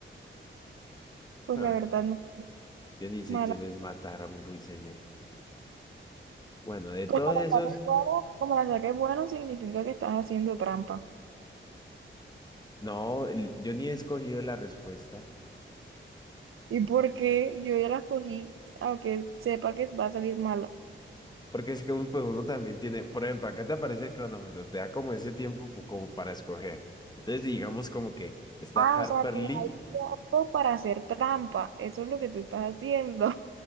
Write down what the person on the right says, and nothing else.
Pues
la verdad,
no,
Como
la saques bueno, como la saques bueno, significa que estás haciendo trampa.
¿Y por qué yo ya las cogí, aunque sepa que va a salir mala?
Ah,
o sea, que
hay tiempo para hacer trampa. Eso es lo que tú estás haciendo.